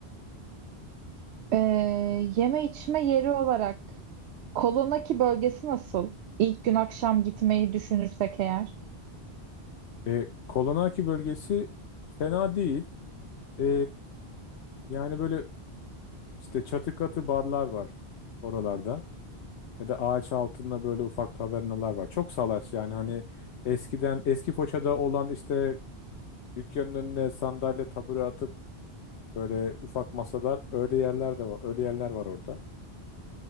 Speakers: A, on the right; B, on the left.
A: Ee, yeme içme yeri olarak Kolonaki bölgesi nasıl? İlk gün akşam gitmeyi düşünürsek eğer.
B: E, Kolonaki bölgesi fena değil. E, yani böyle işte çatı katı barlar var oralarda. Ya da ağaç altında böyle ufak tavernalar var. Çok salaş yani hani eskiden eski Foça'da olan işte dükkanın önüne sandalye tabure atıp böyle ufak masalar öyle yerler de var. Öyle yerler var orada.